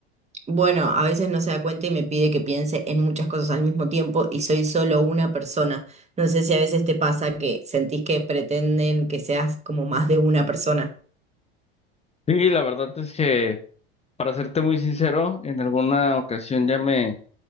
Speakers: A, on the right (about 20°); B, on the left (about 20°).
A: Bueno, a veces no se da cuenta y me pide que piense en muchas cosas al mismo tiempo y soy solo una persona. No sé si a veces te pasa que sentís que pretenden que seas como más de una persona.
B: Sí, la verdad es que, para serte muy sincero, en alguna ocasión ya me